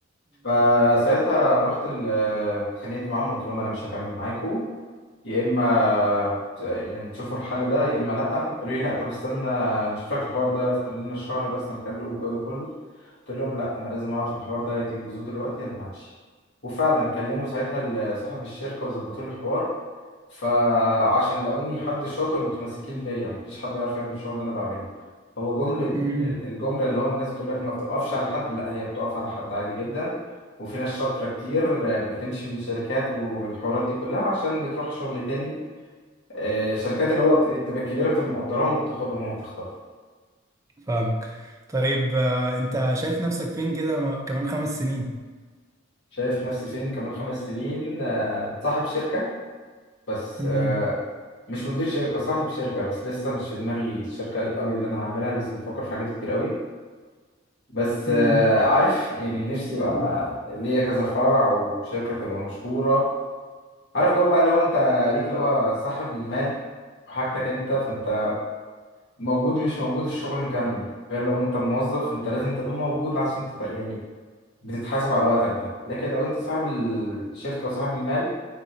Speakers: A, on the left; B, on the right.
A: فساعتها رحت ال- آه، اتخانقت معاهم وقلت لهم انا مش هكمل معاكم يا اما ت- يعني تشوفوا الحل ده يا اما لا قالوا لي لا طب استنى نشوف لك الحوار ده استنى لنا شهر بس نحله والجو ده كله قلت لهم لا انا لازم اعرف الحوار ده يا تنجزوه دلوقتي يا انا همشي وفعلا كلموا ساعتها ال- صاحب الشركه وظبطوا لي الحوار فعشان لاقوني حد شاطر متمسكين بيا مفيش حد يعرف يعمل الشغل اللي انا بعمله هو جملة
B: امم
A: ال- الجملة اللي هو الناس بتقول لك ما بتقفش على حد لا هي بتقف على حد عادي جدا وفي ناس شاطرة كتير بتمشي من شركات والحوارات دي كلها عشان بتروح شغل تاني آه، شركات اللي هو بت- بتبقى كبيرة بتبقى مقدراهم وبتاخدهم وبتخطف
B: فاهمك طيب آه، انت شايف نفسك فين كده م- كمان خمس سنين
A: شايف نفسي فين كمان خمس سنين آه، صاحب شركة بس
B: مم.
A: آه، مش مدير شركة صاحب شركة بس لسه مش في دماغي الشركة قوي اللي أنا هعملها لسه بفكر في حاجات كتير قوي بس
B: مم.
A: آه، عارف يعني نفسي بقى ليا كذا فرع وشركة تبقى مشهورة عارف جو بقى اللي هو انت ليك اللي هو صاحب المال وحاجتك انت فانت موجود مش موجود الشغل مكمل غير لو انت موظف فانت لازم تبقى موجود عشان تبقى يعني بتتحاسب على وقتك ده لكن لو انت صاحب الشركة وصاحب المال